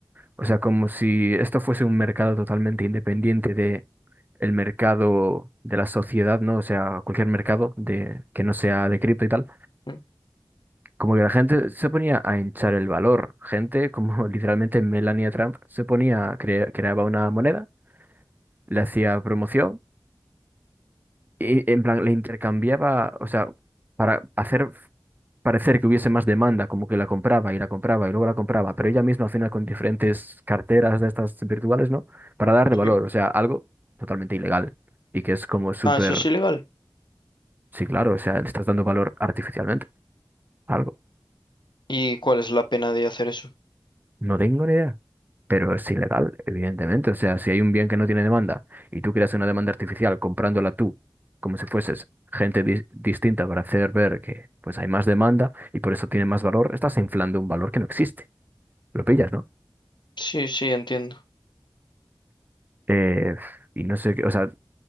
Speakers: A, on the right (about 20°); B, on the left (about 65°).
A: o sea, como si esto fuese un mercado totalmente independiente de el mercado de la sociedad, ¿no? O sea, cualquier mercado de, que no sea de cripto y tal.
B: Mm,
A: Como que la gente se ponía a hinchar el valor. Gente como <laughs> literalmente Melania Trump se ponía, cre- creaba una moneda, le hacía promoción y, en plan, le intercambiaba, o sea, para hacer parecer que hubiese más demanda, como que la compraba y la compraba y luego la compraba, pero ella misma al final con diferentes carteras de estas virtuales, ¿no? Para darle valor,
B: Sí.
A: o sea, algo totalmente ilegal y que es como súper,
B: Ah, eso es ilegal.
A: sí, claro, o sea, le estás dando valor artificialmente, algo.
B: ¿Y cuál es la pena de hacer eso?
A: No tengo ni idea. Pero es ilegal, evidentemente. O sea, si hay un bien que no tiene demanda y tú creas una demanda artificial comprándola tú, como si fueses gente dis- distinta para hacer ver que pues hay más demanda y por eso tiene más valor, estás inflando un valor que no existe. Lo pillas, ¿no?
B: Sí, sí, entiendo.
A: Eh, y no sé, qué- o sea,